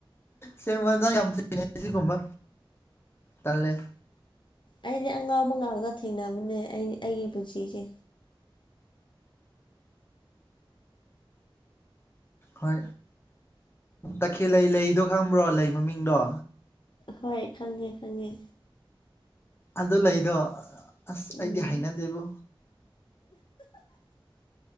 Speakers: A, on the left; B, on the left.
A: ꯁꯦꯡꯕꯅ ꯌꯥꯝ ꯊꯦꯡꯅꯩ ꯁꯤꯒꯨꯝꯕ ꯇꯜꯂꯦ꯫
B: ꯑꯩꯗꯤ ꯑꯉꯥꯎꯕ ꯉꯥꯛꯇ ꯊꯦꯡꯅꯕꯅꯦ ꯑꯩ ꯑꯩꯒꯤ ꯄꯨꯟꯁꯤꯁꯦ꯫
A: ꯍꯣꯏ ꯇꯈꯦꯜꯂꯩ ꯂꯩꯗꯣ ꯈꯪꯕ꯭ꯔꯣ ꯂꯩ ꯃꯃꯤꯡꯗꯣ꯫
B: ꯍꯣꯏ ꯈꯪꯉꯦ-ꯈꯪꯉꯦ꯫
A: ꯑꯗꯨ ꯂꯩꯗꯣ ꯑꯁ
B: ꯎꯝ
A: ꯑꯩꯗꯤ ꯍꯥꯏꯅꯗꯦꯕꯣ